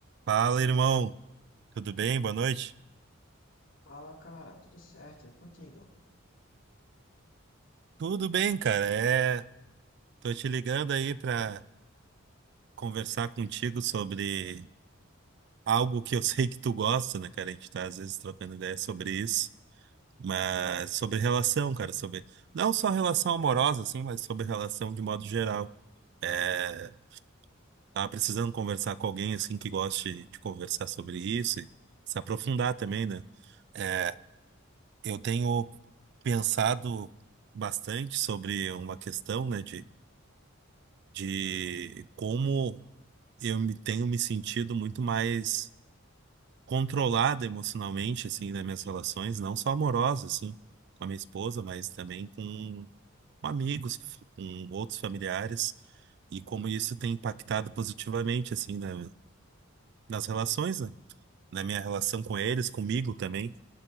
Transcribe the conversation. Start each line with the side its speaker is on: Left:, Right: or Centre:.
Right: Fala, irmão. Tudo bem? Boa noite.
Left: Fala, cara, tudo certo? E contigo?
Right: Tudo bem, cara. É, tô te ligando aí pra conversar contigo sobre algo que eu <laughs> sei que tu gosta, né, cara? A gente tá às vezes trocando ideia sobre isso, mas sobre relação, cara, sobre não só relação amorosa assim, mas sobre relação de modo geral. É, tava precisando conversar com alguém assim que goste de conversar sobre isso e se aprofundar também, né? É, Eu tenho pensado bastante sobre uma questão, né, de, de como eu me tenho me sentido muito mais controlado emocionalmente, assim, nas minhas relações, não só amorosas, assim, com a minha esposa, mas também com amigos, com outros familiares, e como isso tem impactado positivamente, assim, na- nas relações, né, na minha relação com eles, comigo também.